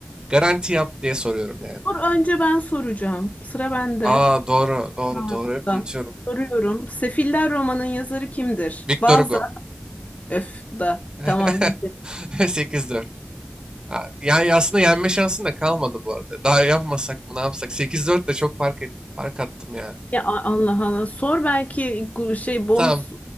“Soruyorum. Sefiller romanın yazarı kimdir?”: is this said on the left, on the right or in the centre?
Left